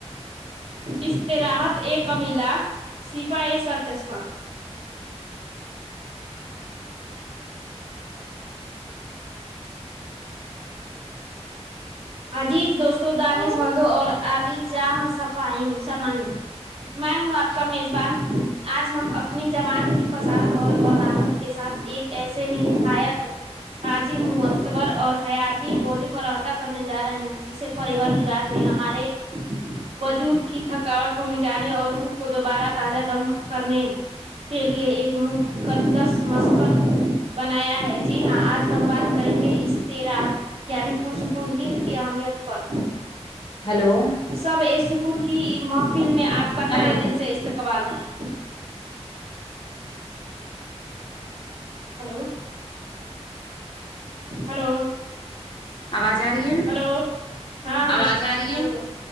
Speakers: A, on the right; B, on the left.
A: اشتراحت ایک کمیلا صفا اے سرچشمہ عزیز دوستو دانش مندو اور علی جاں صفائی سمعن مام وہ آپ کا میزبان آج ہم اپنی زبان کی فضااد اور بلاغت کے ساتھ ایک ایسے نبھایت حاجی معتبر اور حیاتی بوجو پر عحطا کر جا رہے ہیں جسے پریوار دیگار نے ہمارے وجود کی تھکاوٹ کو مٹانے اور روح کو دوبارہ تازہ دم کرنے کے لئے ایک مقد دس مسکن بنایا ہے جی ہاں آج ہم بات کریں گے اس استراحت یعنی پش نیند کی اہمیت پر
B: ہیلو
A: سب اے سکون کی محفل میں اپ کا
B: ہیلو
A: تہ دل سے استقبال ہے ہیلو ہیلو
B: آواز آ رہی ہے
A: ہیلو ہاں ہاں
B: آواز آ رہی
A: آگے
B: ہے
A: ب